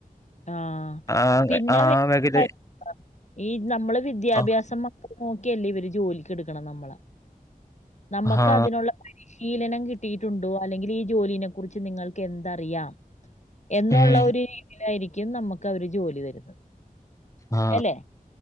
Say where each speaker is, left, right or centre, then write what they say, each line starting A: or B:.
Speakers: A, on the left; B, on the left.
A: ആഹ്
B: ആ
A: പിന്നെ
B: ആ
A: <inaudible>
B: മേഖല
A: ഈ നമ്മള് വിദ്യാഭ്യാസം
B: ആ
A: മാത്ര നോക്കിയല്ലേ ഇവര് ജോലിക്ക് എടുക്കണ നമ്മള നമ്മക്ക്
B: ആ
A: അതിനുള്ള വഴി പരിശീലനം കിട്ടിയിട്ടുണ്ടോ അല്ലെങ്കിൽ ഈ ജോലീനെ കുറിച്ച് നിങ്ങൾക്ക് എന്തറിയാം എന്നുള്ള
B: ഉം
A: ഒരു രീതിയിലായിരി ക്കും നമ്മുക്ക് അവര് ജോലി തരുന്നത്
B: ആ
A: അല്ലെ